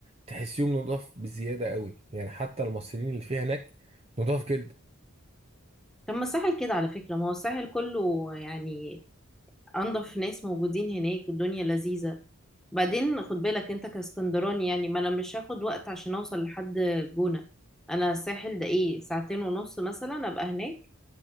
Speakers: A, on the right (about 30°); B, in the centre.
A: تحسيهم نضاف بزيادة قوي يعني حتى المصريين اللي فيها هناك نضاف جدا
B: طب ما الساحل كده على فكره ما هو الساحل كله يعني انضف ناس موجودين هناك والدنيا لذيذه بعدين خد بالك انت كاسكندراني يعني ما انا مش هاخد وقت عشان اوصل لحد جونة انا الساحل ده ايه ساعتين ونص مثلا ابقى هناك